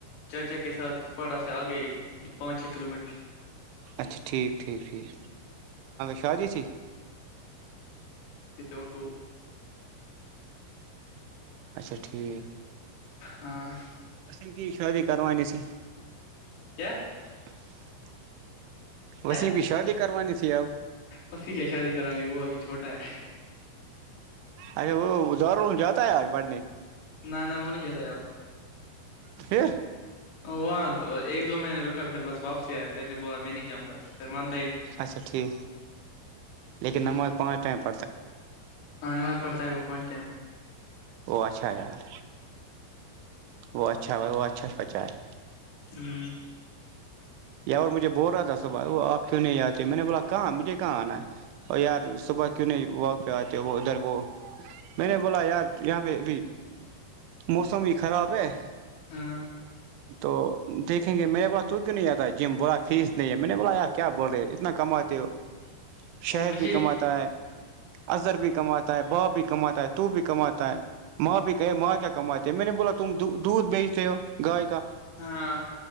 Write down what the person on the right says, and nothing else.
اچھا ٹھیک ٹھیک ٹھیک شاہجیسیی
اچھا ٹھیک
وسم کی شادی کروانی ت
<inaudible>
وسے بھی شال کرانی تھی آب
اچے وہ دار جتا ہے اج پڑنے
پھر
اچھا ٹھیک لیکن
نماز پانچ ٹائم پ
وہ اچھا یار وہ اچھا ب وہ اچھا بچا ہے
یار مجھے بول رہا تھا صبح وہ آپ کیوں نہیں آتے میں نے بولا کہاں مجھے کہاں آنا ہے اور یار صبح کیوں نہیں وت پہ آتے وہ ادھر وہ میں نے بولا یار یہاں پہ ابھی موسم ہی خراب ہے
تو دیکھیں گے میں نے بولا تو کیوں نہیں آتا جم بولا فیس نہیں ہے میں نے بولا یار کیا بول رہے اتنا کماتے ہو شہد
بھی کماتا ہے اظہر بھی کماتا ہے باپ بھی کماتا ہے تو بھی کماتا ہے ماں بھی کہے ماں کیا کماتے میں نے بولا تم دودھ بیچتے ہو گائے کاا